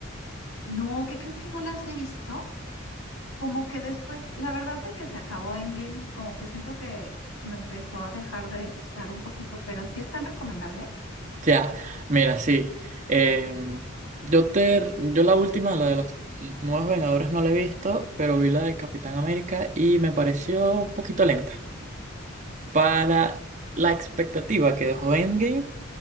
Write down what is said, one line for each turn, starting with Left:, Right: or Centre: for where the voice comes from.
Left: No, ¿qué crees que no las he visto? Como que después, la verdad de que se acabó Endgame, como que siento que me empezó a dejar de gustar un poquito, pero sí están recomendables.
Right: Ya, mira, sí. Eh, yo te, yo la última, la de los nuevos Vengadores no la he visto, pero vi la del Capitán América y me pareció un poquito lenta. Para la expectativa que dejó Endgame,